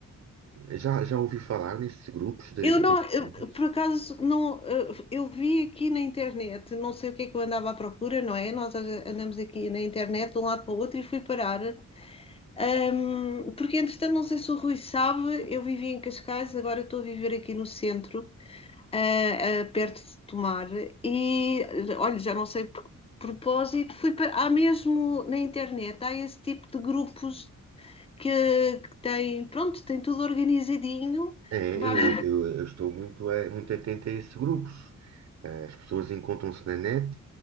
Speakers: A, on the right; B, on the left.
A: eh, já, já ouvi falar nesses grupos de,
B: eu
A: de
B: não,
A: caminhadas?
B: eu, por acaso, não, eh, eu vi aqui na internet, não sei o que é que eu andava à procura, não é? Nós a- andamos aqui na internet de um lado para o outro e fui parar. ahm, porque, entretanto, não sei se o Rui sabe, eu vivia em Cascais, agora estou a viver aqui no centro, ah, ah, perto de Tomar, e eh, olha, já não sei por propósito, fui para, há mesmo na internet, há esse tipo de grupos que, que têm, pronto, tem tudo organizadinho.
A: É,
B: Basta
A: eu, eu- eu estou muito, a- muito atento a esses grupos. Eh, As pessoas encontram-se na net,